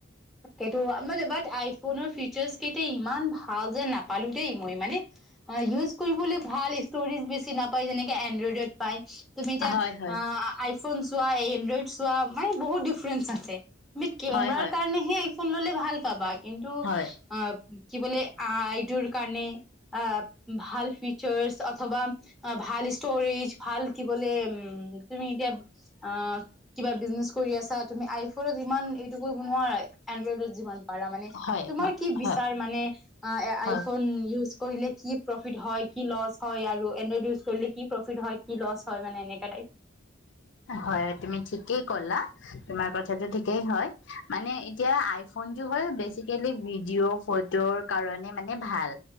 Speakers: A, in the centre; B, on the left (about 65°).
A: সেইটো আমাৰ এবাৰ আইফোনৰ ফিচাৰ্চ কেইটা ইমান ভাল যে নাপালোঁ দেই। মই মানে হয়, ইউজ কৰিবলৈ ভাল, ষ্টৰেজ বেছি নাপায়, যেনেকে এনড্ৰইডত পায়। তুমি এতিয়া
B: হয় হয়
A: আ-আইফোন চোৱা, এনড্ৰইড চোৱা মানে বহুত ডিফাৰেণ্ট আছে। তুমি কেমেৰাৰ
B: হয় হয়
A: কাৰণেহে আইফোন ল'লে ভাল পাবা, কিন্তু
B: হয়
A: আ, কি বুলি আই টোৰ কাৰণে আ, ভাল ফিচাৰ্ছ অথবা আ, ভাল ষ্টৰেজ ভাল কি বোলে উম তুমি এতিয়া আ-কিবা বিজনেছ কৰি আছা, তুমি আইফোনত যিমান এইটোকো <unintelligible> এনড্ৰইডত যিমান পাৰা মানে,
B: হয়
A: তোমাৰ
B: হয়
A: কি বিচাৰ
B: হয়
A: মানে আ, এ,
B: হয়
A: আইফোন ইউজ কৰিলে কি প্ৰফিট হয়, কি লছ হয় আৰু এনড্ৰইড ইউজ কৰিলে কি প্ৰফিট হয়, কি লছ হয়, মানে এনেকা টাইপ।
B: হয়, তুমি ঠিকেই ক'লা। তোমাৰ কথাটো ঠিকেই হয়। মানে এতিয়া আইফোনটো হ'ল বেচিকেলি ভিডিঅ', ফটোৰ কাৰণে মানে ভাল,